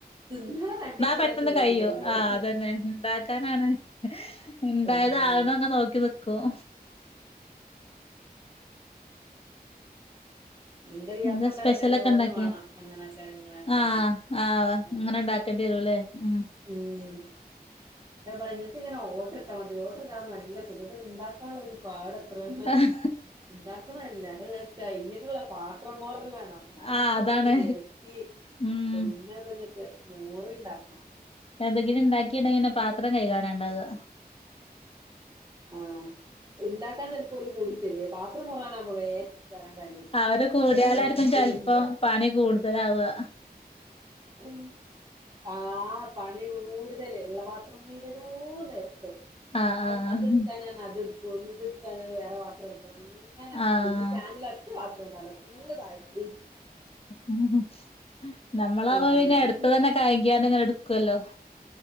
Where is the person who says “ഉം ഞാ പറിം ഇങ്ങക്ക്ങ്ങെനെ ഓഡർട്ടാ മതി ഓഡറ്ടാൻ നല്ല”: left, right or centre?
Right